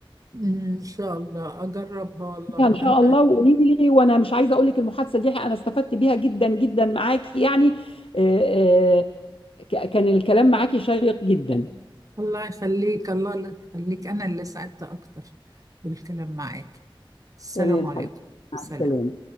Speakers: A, on the right; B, on the left.
A: أمم، ان شاء الله اجربها والله
B: يعني
A: انا
B: ان شاء الله وقولي لي وانا مش عايزه اقول لك المحادثه دي انا استفدت بيها جدا جدا معاكي يعني آه، آه، ك- كان الكلام معاكي شيق جدا
A: الله يخليك الله اللي يخليك أنا اللي سعدت أكتر بالكلام معاك السلام
B: تمام
A: عليكم
B: حبيبتي مع
A: سلام
B: السلامه